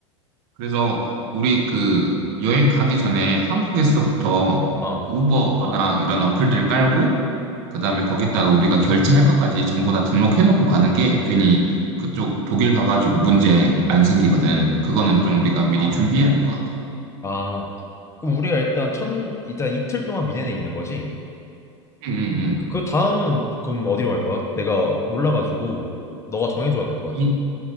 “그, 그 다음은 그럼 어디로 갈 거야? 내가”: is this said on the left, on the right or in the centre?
Left